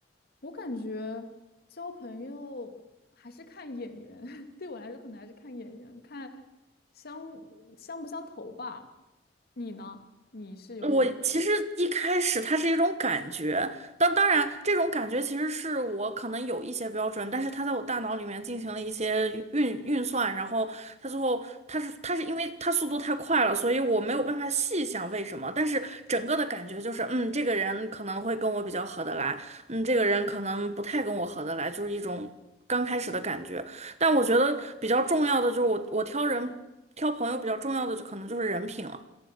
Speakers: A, on the left; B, on the right.
A: 我感觉交朋友还是看眼缘，<laughs> 对我来说可能还是看眼缘，看相相不相投吧。你呢？你是有什么不要？
B: 我其实一开始它是一种感觉，当当然这种感觉其实是我可能有一些标准，但是它在我大脑里面进行了一些运运算，然后它最后它是它是因为它速度太快了，所以我没有办法细想为什么，但是整个的感觉就是，嗯，这个人可能会跟我比较合得来，嗯，这个人可能不太跟我合得来，就是一种刚开始的感觉。但我觉得比较重要的就是我我挑人挑朋友比较重要的就可能就是人品了。